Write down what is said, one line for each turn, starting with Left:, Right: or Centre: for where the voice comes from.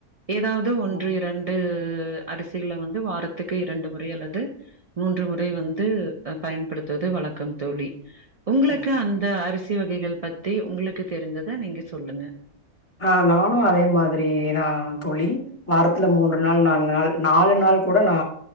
Right: ஏதாவது ஒன்று
Left: ம்
Right: இரண் டு அரிசிகள வந்து வாரத்துக்கு இரண்டு முறை அல்லது மூன்று முறை வந்து பயன்படுத்துவது வழக்கம் தோழி உங்களுக்கு
Left: ஓகே.
Right: அந்த அரிசி வகைகள் பத்தி உங்களுக்கு தெரிஞ்சத நீங்க சொல்லுங்க
Left: ஆ நானு அதே மாதிரிதா தோழி வாரத்துல மூன்று நாள் நான்கு நாள் நாலு நாள் கூட நா